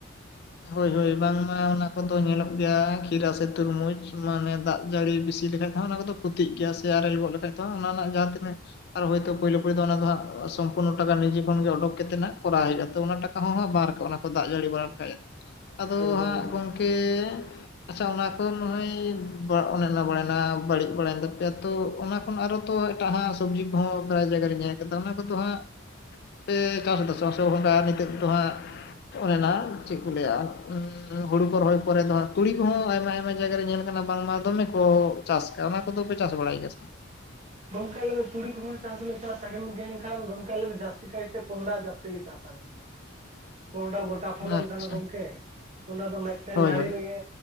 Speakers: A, on the left; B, on the right.
A: ᱦᱚᱭ ᱦᱚᱭ ᱵᱟᱝᱢᱟ ᱚᱱᱟ ᱠᱚᱫᱚ ᱧᱮᱞᱚᱜ ᱜᱮᱭᱟ ᱠᱷᱤᱨᱟ ᱥᱮ ᱛᱩᱨᱢᱩᱡᱽ ᱢᱟᱱᱮ ᱫᱟᱜ ᱡᱟᱹᱲᱤ ᱵᱮᱥᱤ ᱞᱮᱠᱷᱟᱱ ᱚᱱᱟ ᱠᱚᱫᱚ ᱠᱷᱩᱛᱤᱜ ᱜᱮᱭᱟ ᱥᱮ ᱟᱨᱮᱞ ᱜᱚᱜ ᱞᱮᱠᱷᱟᱡ ᱫᱚ ᱦᱟᱸᱜ ᱚᱱᱟ ᱨᱮᱱᱟᱜ ᱡᱟᱦᱟᱸ ᱛᱤᱱᱟᱹᱜ ᱟᱨ ᱦᱚᱭᱛᱳ ᱯᱩᱭᱞᱩ ᱯᱩᱭᱞᱩ ᱫᱚ ᱚᱱᱟ ᱫᱚ ᱦᱟᱸᱜ ᱥᱚᱢᱯᱩᱨᱱᱚ ᱴᱟᱠᱟ ᱱᱤᱡᱮ ᱠᱷᱚᱱ ᱜᱮ ᱚᱰᱚᱠ ᱠᱟᱛᱮᱫ ᱱᱷᱟᱜ ᱠᱚᱨᱟᱣ <unintelligible> ᱾ ᱛᱚ ᱚᱱᱟ ᱴᱟᱠᱟ ᱦᱚᱸ ᱦᱟᱸᱜ ᱵᱟᱨ ᱨᱟᱠᱟᱵ ᱠᱚ ᱫᱟᱜ ᱡᱟᱹᱲᱤ ᱵᱟᱲᱟ ᱞᱮᱠᱷᱟᱡ ᱮ, ᱟᱫᱚ
B: ᱮᱠᱫᱚᱢ
A: ᱦᱟᱸᱜ
B: ᱮᱠᱫᱚᱢ
A: ᱜᱚᱢᱠᱮ ᱟᱪᱪᱷᱟ ᱚᱱᱟ ᱠᱚ ᱱᱚᱜᱼᱚᱭ ᱚᱱᱮ ᱚᱱᱟ ᱵᱟᱲᱟᱭᱮᱱᱟ ᱵᱟᱹᱲᱤᱡ ᱵᱟᱲᱟᱭᱮᱱ ᱛᱟᱯᱮᱭᱟ ᱛᱚ ᱚᱱᱟ ᱠᱷᱚᱱ ᱟᱨᱦᱚᱸ ᱛᱚ ᱮᱴᱟᱜ ᱦᱟᱸᱜ ᱥᱚᱵᱽᱡᱤ ᱠᱚᱦᱚᱸ ᱯᱨᱟᱭ ᱡᱟᱭᱜᱟ ᱨᱮ ᱧᱮᱞ ᱟᱠᱟᱫᱟ ᱚᱱᱟ ᱠᱚᱫᱚ ᱦᱟᱸᱜ ᱥᱮ ᱪᱟᱥ ᱫᱚ ᱪᱟᱥ <unintelligible> ᱱᱤᱛᱚᱜ ᱫᱚ ᱦᱟᱸᱜ ᱚᱱᱮ ᱱᱟ ᱪᱮᱫ <unintelligible> ᱦᱳᱲᱳ ᱠᱚ ᱨᱚᱦᱚᱭ ᱯᱚᱨᱮ ᱫᱚ ᱦᱟᱸᱜ ᱛᱩᱲᱤ ᱠᱚᱦᱚᱸ ᱟᱭᱢᱟ ᱟᱭᱢᱟ ᱡᱟᱭᱜᱟ ᱨᱮ ᱧᱮᱞ ᱟᱠᱟᱱᱟ ᱵᱟᱝᱢᱟ ᱫᱚᱢᱮ ᱠᱚ ᱪᱟᱥ ᱠᱟᱜᱼᱟ ᱚᱱᱟ ᱠᱚᱫᱚ ᱯᱮ ᱪᱟᱥ ᱵᱟᱲᱟᱭ ᱜᱮᱭᱟ ᱥᱮ ᱵᱟᱝ?
B: ᱜᱚᱢᱠᱮ ᱟᱞᱮ ᱫᱚ ᱛᱩᱲᱤ ᱠᱚᱦᱚᱸ ᱪᱟᱥ ᱞᱮ ᱪᱟᱥᱟ ᱜᱮᱭᱟ ᱮᱱᱠᱷᱟᱱ ᱜᱚᱢᱠᱮ ᱟᱞᱮ ᱡᱟᱹᱥᱛᱤ ᱠᱟᱭᱛᱮ ᱠᱚᱸᱦᱰᱟ ᱡᱟᱹᱥᱛᱤ ᱞᱮ ᱪᱟᱥᱟ ᱾ <inaudible> ᱠᱚᱸᱦᱰᱟ ᱵᱟᱹᱲ ᱛᱟ ᱯᱷᱚᱞᱚᱱ
A: ᱟᱪᱪᱷᱟ
B: ᱠᱟᱱᱟ ᱜᱚᱝᱠᱮ, ᱚᱱᱟ ᱫᱚ ᱢᱮᱜᱴᱮᱱ
A: ᱦᱳᱭ
B: ᱱᱟᱲᱤ
A: ᱦᱳᱭ
B: ᱨᱮᱜᱮ